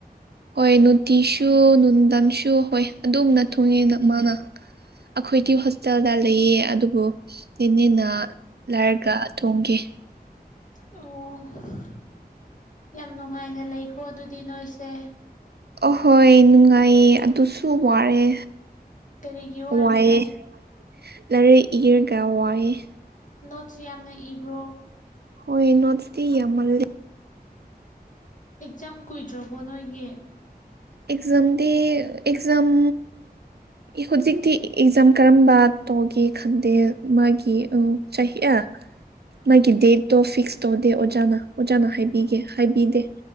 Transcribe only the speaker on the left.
ꯑꯣ ꯌꯥꯝ ꯅꯨꯡꯉꯥꯏꯅ ꯂꯩꯀꯣ ꯑꯗꯨꯗꯤ ꯅꯣꯏꯁꯦ
ꯀꯔꯤꯒꯤ ꯋꯥꯔꯤꯅꯣ
ꯅꯣꯠꯁ ꯌꯥꯝꯅ ꯏꯕ꯭ꯔꯣ꯫
ꯑꯦꯛꯖꯥꯝ ꯀꯨꯏꯗ꯭ꯔꯕꯣ ꯅꯣꯏꯒꯤ꯫